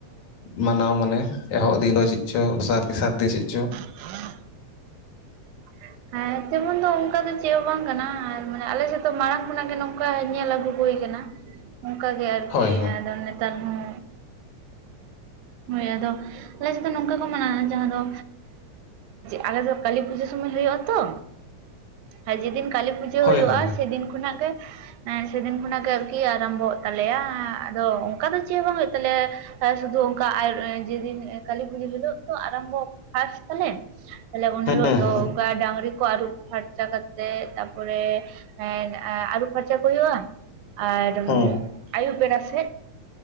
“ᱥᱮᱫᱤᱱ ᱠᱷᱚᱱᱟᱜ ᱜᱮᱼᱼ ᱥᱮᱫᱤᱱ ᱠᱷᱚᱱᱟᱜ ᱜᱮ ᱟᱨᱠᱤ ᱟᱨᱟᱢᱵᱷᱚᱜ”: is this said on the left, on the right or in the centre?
Right